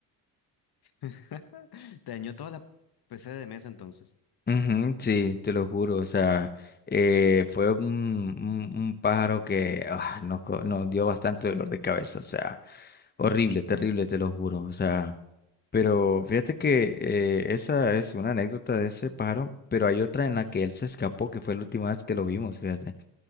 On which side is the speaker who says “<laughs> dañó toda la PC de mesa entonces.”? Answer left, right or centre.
Left